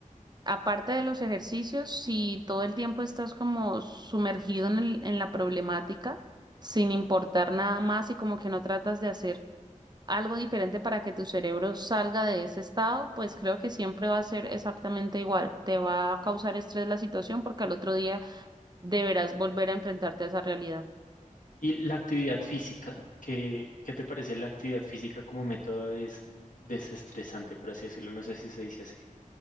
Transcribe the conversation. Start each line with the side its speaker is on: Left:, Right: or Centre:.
Right: aparte de los ejercicios, si todo el tiempo estás como sumergido en el- en la problemática, sin importar nada más y como que no tratas de hacer algo diferente para que tu cerebro salga de ese estado, pues creo que siempre va a ser exactamente igual. Te va a causar estrés la situación porque al otro día deberás volver a enfrentarte a esa realidad.
Left: Y la actividad física, ¿qué, qué te parece la actividad física como método des- desestresante, por así decirlo? No sé si se dice así.